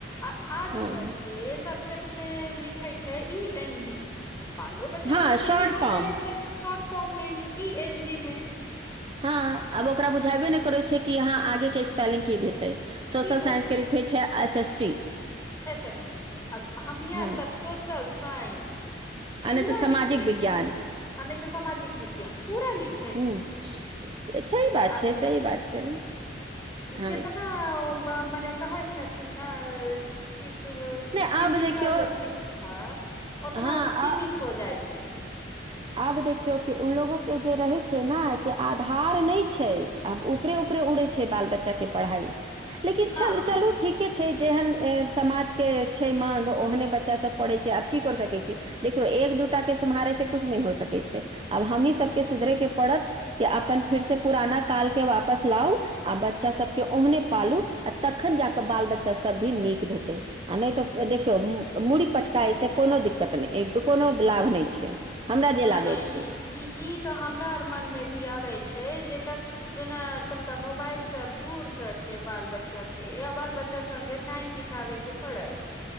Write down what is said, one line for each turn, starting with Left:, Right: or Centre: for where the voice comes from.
Left: आ आजकल
Right: हाँ
Left: के सब्जेक्ट मे लिखे छै, इ एन जी, बालो -बच्चा
Right: हाँ
Left: तऽ ओ
Right: शॉर्ट
Left: सीमित हो
Right: फॉर्म
Left: जाइ छै। शॉर्ट फॉर्म मे ही, ई एन जी मे।
Right: हँ, आब ओकरा बुझेबे
Left: ओ
Right: नहि करे छै, कि यहाँ आगे के स्पेलिंग की हेतेै, सोशल
Left: की भेट
Right: साइंस के लिखै छै, एस एषष्ठी।
Left: एस एस टी, हमनी आर
Right: हाँ
Left: सब सोशल साइंस।
Right: आ
Left: पूरा
Right: नहि तऽ सामाजिक
Left: लिखले
Right: विज्ञान
Left: छी आ नहि त सामाजिक विज्ञान पूरा लिख
Right: हुं, सही बात
Left: आ
Right: छै सही बात छै।
Left: ई
Right: हाँ
Left: जेतना मने कहै छथिन ने कि
Right: नहि
Left: डिजिटल
Right: आब देखियौ
Left: शिक्षा उतना
Right: हाँ
Left: उ सीमित
Right: आ
Left: हो जाय छै
Right: आब देखियो कि उन लोगो के जे रहे छै ने कि आधार नहि छै। आब ऊपरे ऊपरे उड़े छै बाल बच्चा के पढ़ाई लेकिन
Left: हँ
Right: च चलू ठीक के छै जेहन समाज के छै माग ओहने बच्चा सब पढ़े छै आब की कर सकै सकै छै, देखियौ एक दूटा के सम्हारै से कछु नहि हो सकै छै आब हमही सब के सुधरैके पड़त कि अपन फिर से पुराना काल के वापस लाउ आ बच्चा सभके ओहने पालू आ तखन जा क बाल बच्चा सब भी नीक हेतै आ नै त देखियौ मूड़ी पटकाए से कोनो दिकत नहि कोनो लाभ नहि छै। हमरा जे
Left: नहि
Right: लागै
Left: नहि
Right: छै
Left: ई ई त हमरा आर मन मे भी आबै छै जे जेना तनिका मोबाइल सब दूर करके बाल बच्चा के आ बाल बच्चा सगे टाइम ब ताबेके पड़ै।